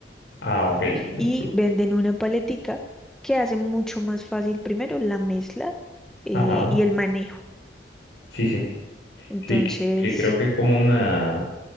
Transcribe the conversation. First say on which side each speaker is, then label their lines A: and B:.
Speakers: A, on the left (about 80°); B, in the centre.
A: Ah, ok. Estu-
B: Y venden una paletica que hace mucho más fácil primero la mezcla eh,
A: Ajá.
B: y el manejo.
A: Sí, sí.
B: ¿m? Entonces,
A: Sí, que que creo que es como una...